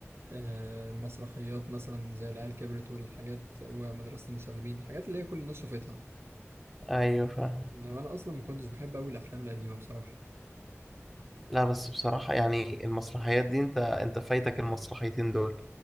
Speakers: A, on the right; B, in the centre.
A: آه، مسرحيات مثلا زي العيال كبرت والحاجات ومدرسة المشاغبين الحاجات اللي هي كل الناس شافتها
B: ايوه فاهم
A: انما انا اصلا ما كنتش بحب قوي الافلام القديمة بصراحة
B: لا بس بصراحة يعني المسرحيات دي انت انت فايتك المسرحيتين دول